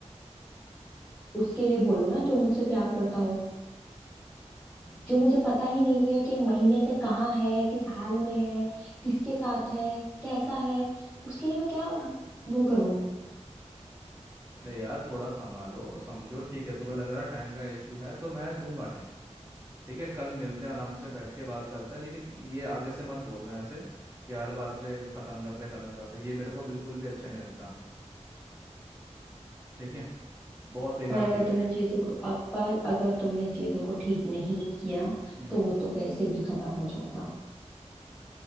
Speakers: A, in the centre; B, on the right.
A: उसके लिए बोलो ना जो मुझसे प्यार करता हो जो मुझे पता ही नहीं है कि एक महीने से कहाँ है किस हाल में है किसके साथ है कैसा है उसके लिए मैं क्या वो करूं
B: अरे यार थोड़ा संभालो समझो ठीक है तुम्हें लग रहा है टाइम का इशू है तो मैं दूंगा टाइम ठीक है कल मिलते हैं आराम से बैठ के बात करते हैं लेकिन ये आगे से मत बोलना ऐसे कि हर बात पे ख़त्म करते ख़त्म करते ये मेरे को बिल्कुल भी अच्छा नहीं लगता ठीक है बहुत बेकार
A: पर अगर
B: चीज़
A: तुमने
B: है ये
A: चीजों को अब पर अगर तुमने चीजों को ठीक नहीं किया
B: हम्म
A: तो वो तो वैसे भी खत्म हो जाएगा